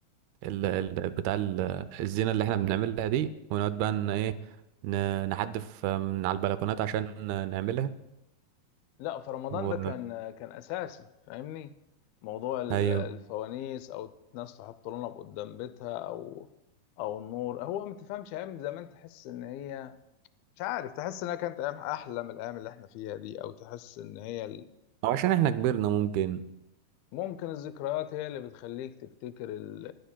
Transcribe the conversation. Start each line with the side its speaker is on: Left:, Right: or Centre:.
Right: ال ال بتاع ال- الزينه اللي احنا بنعملها دي ونقعد بقى ان ايه ن- نحدف من على البلكونات عشان نعملها
Left: لا في رمضان
Right: و...
Left: ده كان كان اساسي فاهمني موضوع ال-
Right: ايوه
Left: الفوانيس او الناس تحط لنا قدام بيتها او او النور هو ما تفهمش ايام زمان تحس ان هي مش عارف تحس انها كانت ايام احلى من الايام اللي احنا فيها دي او تحس ان هي ال...
Right: او عشان احنا كبرنا ممكن
Left: ممكن الذكريات هي اللي بتخليك تفتكر ال...